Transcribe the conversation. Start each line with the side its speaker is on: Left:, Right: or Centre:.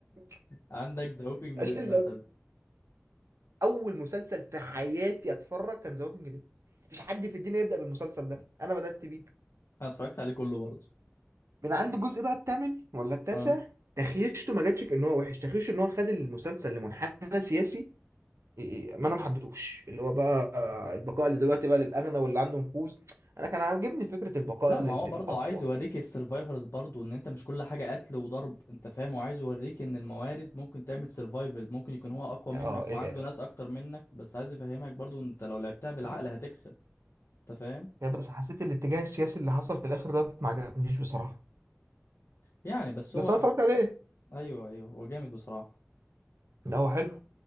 Right: <laughs>
Left: عندك ذا ووكينج
Right: عشان
Left: ديد مثلا
Right: لو اول مسلسل في حياتي اتفرج كان ذا ووكينج ديد مفيش حد في الدنيا يبدا بالمسلسل ده انا بدات بيه
Left: انا اتفرجت عليه كله برضه
Right: من عند الجزء بقى الثامن ولا التاسع
Left: اه
Right: تخيشته ما جاتش في ان هو وحش تخيشته ان هو خد المسلسل لمنحنى سياسي إيه، إيه، ما انا ما حبيتهوش اللي هو بقى آه، البقاء اللي دلوقتي بقى للاغنى واللي عنده نفوذ انا كان عاجبني فكره البقاء
Left: لا ما
Right: لل-
Left: هو
Right: للاقوى
Left: برضه عايز يوريك السرفايفرز برضه ان انت مش كل حاجه قتل وضرب انت فاهم وعايز يوريك ان الموارد ممكن تعمل سرفايفل ممكن يكون هو اقوى
Right: اه
Left: منك وعنده
Right: ال-
Left: ناس اكتر منك بس عايز يفهمك برضه ان انت لو لعبتها بالعقل
Right: عارف،
Left: هتكسب انت فاهم
Right: بس حسيت الاتجاه السياسي اللي حصل في الاخر ده ما عجبنيش بصراحه
Left: يعني بس
Right: بس
Left: هو
Right: انا اتفرجت عليه
Left: ايوه ايوه هو جامد بصراحه
Right: لا هو حلو